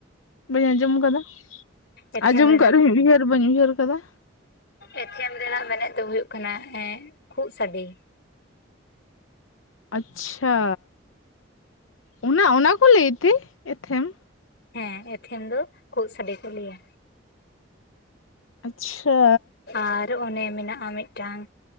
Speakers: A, on the left; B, on the left.
A: ᱵᱟᱹᱧ ᱟᱸᱡᱚᱢ ᱟᱠᱟᱫᱟ
B: ᱮᱛᱷᱮᱢ
A: ᱟᱸᱡᱚᱢ
B: ᱨᱮᱱᱟᱜ
A: ᱟᱠᱟᱫ ᱨᱮᱦᱚᱸᱧ ᱩᱭᱦᱟᱹᱨ ᱵᱟᱹᱧ ᱩᱭᱦᱟᱹᱨ ᱟᱠᱟᱫᱟ᱾
B: ᱮᱛᱷᱮᱢ ᱨᱮᱱᱟᱜ ᱢᱮᱱᱮᱫ ᱫᱚ ᱦᱩᱭᱩᱜ ᱠᱟᱱᱟ ᱠᱷᱩᱜ ᱥᱟᱹᱰᱮ᱾
A: ᱟᱪᱪᱷᱟ ᱚᱱᱟ ᱚᱱᱟ ᱠᱚ ᱞᱟᱹᱭᱛᱮ ᱮᱛᱷᱮᱢ?
B: ᱦᱮᱸ ᱮᱛᱷᱮᱢ ᱫᱚ ᱠᱷᱳᱜ ᱥᱟᱰᱮ ᱠᱚ ᱞᱟᱹᱭᱟ
A: ᱟᱪᱪᱷᱟ᱾
B: ᱟᱨ ᱚᱱᱮ ᱢᱮᱱᱟᱜᱼᱟ ᱢᱤᱫᱴᱟᱝ